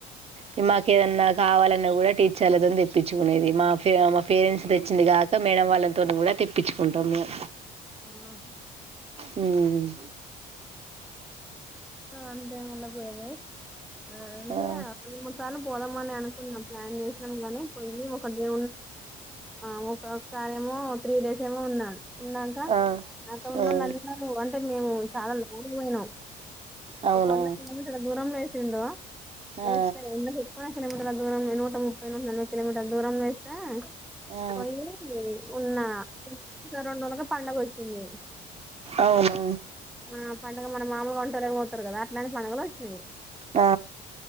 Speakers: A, on the right; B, in the centre.
A: ఇగ మాకు ఏదన్నా కావాలన్నా గూడా టీచర్లదోని తెప్పించుకునేది మా ఫె మా పేరెంట్స్ తెచ్చింది గాక. మేడం వాళ్ళతోటి గూడా తెప్పించుకుంటాం మేం.
B: ఆ హా
A: మ్మ్
B: అంత ఏం ఉండబోయేది ఆ అంటే
A: ఆ
B: రెండు మూడు సార్లు పోదామని అనుకున్నా ప్లాన్ చేసినాం గానీ పొయ్యి ఒక దే ఆ ఒక ఒకసారేమో త్రీ డేస్ ఏమో ఉన్న, ఉన్నంక
A: ఆ
B: నాతో ఉన్నోళ్ళు
A: ఆ
B: అందరు అంటే మేము చాల లాంగ్ పొయినం.
A: అవునా
B: ఒక వంద కిలోమీటర్ల దూరంలో ఏ సిండో
A: ఆ
B: ఏస్తా ఎందుకు చెప్పు కిలోమీటర్ల దూరంలో నూట ముప్పై, నూట నలభై కిలోమీటర్ల దూరంలో ఏస్తా
A: ఆ
B: పొయీ ఉన్న రెండు <inaudible> రోజులకే పండగ వొచ్చింది.
A: అవునా
B: ఆ పండగ మనం మాములుగ వంటలకి పోతరు కదా అట్లా పండుగలు వొచ్చినయి.
A: ఆ